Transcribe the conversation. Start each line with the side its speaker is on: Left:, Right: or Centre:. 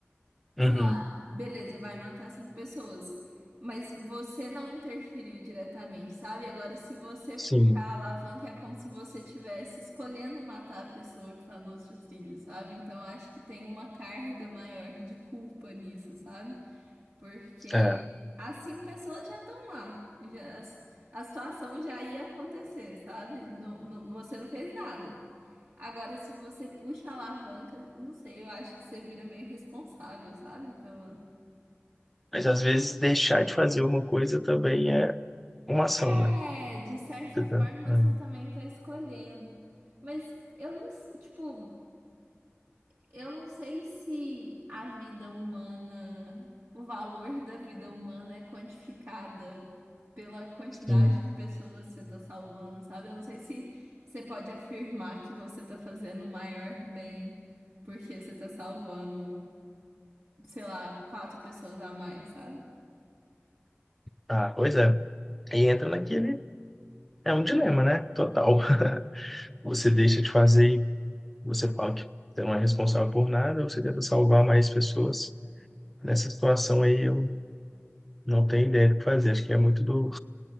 Right: sei
Centre: Uhum,
Right: lá, beleza, vai matar cinco pessoas, mas você não interferiu diretamente, sabe? Agora, se você
Centre: sim,
Right: puxar a alavanca, é como se você estivesse escolhendo matar a pessoa que tá no outro trilho, sabe? Então, acho que tem uma carga maior de culpa nisso, sabe? Porque
Centre: é.
Right: as cinco pessoas já estão lá. Já, a situação já ia acontecer, sabe? Não, não- você não fez nada. Agora, se você puxa a alavanca, não sei, eu acho que você vira meio responsável, sabe? Pela...
Centre: Mas às vezes deixar de fazer uma coisa também é uma ação,
Right: É,
Centre: né?
Right: de certa
Centre: Você
Right: forma
Centre: tá- Uhum,
Right: você também tá escolhendo. Mas eu não, s- tipo, Eu não sei se a vida humana, o valor da vida humana é quantificada pela quantidade
Centre: Sim.
Right: de pessoas que você tá salvando, sabe? Eu não sei se você pode afirmar que você tá fazendo o maior bem porque você tá salvando, sei lá, quatro pessoas a mais, sabe?
Centre: Ah, pois é. Aí entra naquele. É um dilema, né? Total. <laughs> Você deixa de fazer e você fala que você não é responsável por nada, você tenta salvar mais pessoas. Nessa situação aí, não tem ideia do que fazer. Acho que é muito do,